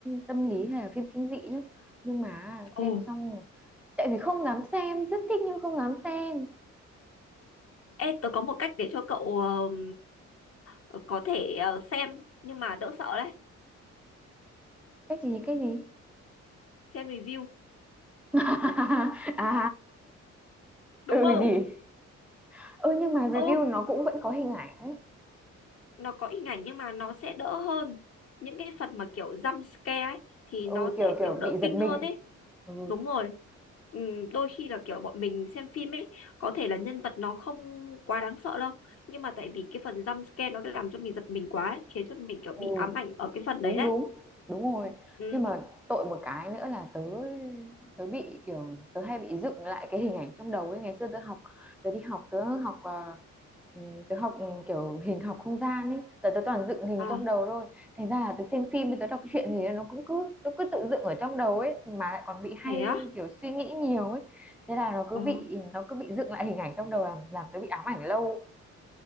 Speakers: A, in the centre; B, on the left.
A: tâm lý hay là phim kinh dị nhá nhưng mà
B: ồ
A: xem xong rồi- tại vì không dám xem rất thích nhưng không dám xem
B: ê tớ có một cách để cho cậu ờm, ờ, có thể ờ, xem nhưng mà đỡ sợ đấy
A: cách gì cách gì
B: xem review
A: <laughs> à
B: đúng
A: ừ
B: không
A: nhỉ ừ nhưng mà review
B: ừ
A: nó cũng vẫn có hình ảnh
B: nó có hình ảnh nhưng mà nó sẽ đỡ hơn những cái phần mà kiểu jump scare ấy thì
A: ừ
B: nó
A: kiểu
B: sẽ
A: kiểu
B: kiểu đỡ
A: bị giật
B: kinh
A: mình
B: hơn ấy
A: ừ
B: đúng rồi Ừm, đôi khi là kiểu bọn mình xem phim ấy có thể là nhân vật nó không quá đáng sợ đâu nhưng mà tại vì cái phần jump scare nó cứ làm cho mình giật mình quá ấy, khiến cho mình kiểu bị
A: ừ
B: ám ảnh ở cái phần
A: đúng
B: đấy đấy
A: đúng đúng rồi
B: ừ
A: nhưng mà tội một cái nữa là tớ tớ bị kiểu tớ hay bị dựng lại cái hình ảnh trong đầu ấy ngày xưa tớ học tớ đi học tớ học à, ừ, tớ học ừ, kiểu hình học không gian ấy giờ tớ toàn dựng hình
B: à
A: trong đầu thôi thành ra là tớ xem phim tớ đọc truyện gì nó cũng cứ tớ cứ tự dựng ở trong đầu ấy mà lại còn bị hay
B: thế á
A: kiểu suy nghĩ nhiều ấy thế là nó cứ
B: ồ
A: bị nó cứ bị dựng lại hình ảnh trong đầu làm làm tớ bị ám ảnh lâu